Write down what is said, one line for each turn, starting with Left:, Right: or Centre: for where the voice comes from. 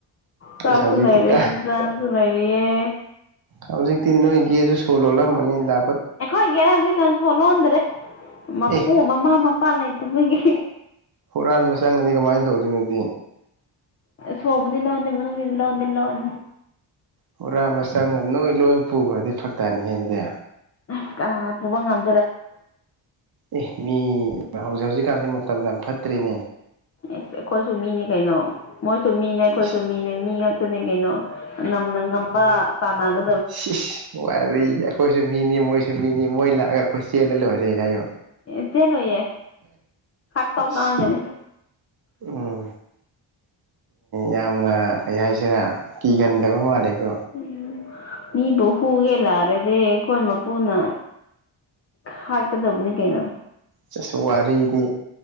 Left: ꯁꯥꯥꯛꯁꯨ
Right: ꯑꯩꯁ ꯍꯧꯖꯤꯛꯇꯤ
Left: ꯂꯩꯥꯏꯔꯤ
Right: ꯀꯥꯏ
Left: ꯏꯟꯁꯥꯡꯁꯨ ꯂꯩꯥꯏꯔꯤꯌꯦ
Right: ꯍꯧꯖꯤꯛꯇꯤ ꯅꯣꯏ ꯒꯦꯁꯨ ꯁꯣ ꯂꯣꯜꯂꯝꯃꯅꯤ ꯂ
Left: ꯑꯩꯈꯣꯏꯒꯤ ꯍꯧꯖꯤꯛꯀꯥꯟ ꯁꯣ ꯂꯣꯟꯗ꯭ꯔꯦ ꯃꯄꯨ
Right: ꯑꯦ
Left: ꯃꯃꯥ ꯃꯄꯥ ꯂꯩꯇꯕꯒꯤ
Right: ꯍꯨꯔꯥꯟꯕ ꯆꯪꯉꯗꯤ ꯀꯃꯥꯏꯅ ꯇꯧꯗꯣꯏꯅꯣꯗꯤ
Left: ꯁꯣꯕꯨꯗꯤ ꯂꯣꯟꯗꯦ ꯃꯅꯨꯡꯒꯤꯗꯤ ꯂꯣꯟꯗꯤ ꯂꯣꯟꯅꯤ
Right: ꯍꯨꯔꯥꯝꯕ ꯆꯪꯒ ꯅꯣꯏ ꯂꯣꯏ ꯄꯨꯈ꯭ꯔꯗꯤ ꯐꯔꯛꯇꯅꯤ ꯍꯥꯏ ꯑꯗꯨꯗꯤ
Left: ꯑ ꯀꯅꯥꯅ ꯄꯨꯕ ꯉꯝ
Right: ꯑꯦ ꯃꯤ ꯍꯧꯖꯤꯛ ꯍꯧꯖꯤꯛꯀꯥꯟꯁꯦ ꯃꯇꯝꯁ ꯌꯥꯝ ꯐꯠꯇ꯭ꯔꯦꯅꯦ
Left: ꯑꯦ ꯑꯩꯈꯣꯏꯁꯨ ꯃꯤꯅꯦ ꯀꯩꯅꯣ ꯃꯣꯏꯁꯨ ꯃꯤꯅꯦ ꯑꯩꯈꯣꯏꯁꯨ
Right: ꯏꯁ
Left: ꯃꯤꯅꯦ ꯃꯤ ꯉꯥꯛꯛꯇꯅꯦ ꯀꯩꯅꯣ ꯉꯝꯅ ꯉꯝꯕ ꯇꯥꯟꯅꯒ
Right: ꯁꯤ ꯏꯁ ꯋꯥꯔꯤꯗꯤ ꯑꯩꯈꯣꯏꯁꯨ ꯃꯤꯅꯤ ꯃꯣꯏꯁꯨ ꯃꯤꯅꯤ ꯑꯦ ꯑꯈꯣꯏ ꯆꯦꯜꯂ ꯂꯣꯢꯔꯦ ꯀꯥꯏꯌꯣ
Left: ꯑꯦ ꯆꯦꯂꯣꯏꯌꯦ ꯍꯥꯠ ꯇ
Right: ꯏꯁ
Left: ꯉꯥꯡꯒꯅꯤ
Right: ꯎꯝ ꯌꯥꯝꯅ ꯀꯩ ꯍꯥꯏꯁꯤꯔꯥ ꯀꯤꯒꯟꯗꯕ ꯃꯥꯜꯂꯦꯀꯣ
Left: ꯎꯝ ꯃꯤꯕꯨ ꯍꯨꯒꯦ ꯂꯥꯛꯔꯗꯤ ꯑꯩꯈꯣꯏ ꯃꯄꯨꯅ ꯍꯥꯠ ꯀꯗꯕꯅꯤ ꯀꯩꯅꯣ
Right: ꯆꯁꯨ ꯋꯥꯔꯤꯒꯨ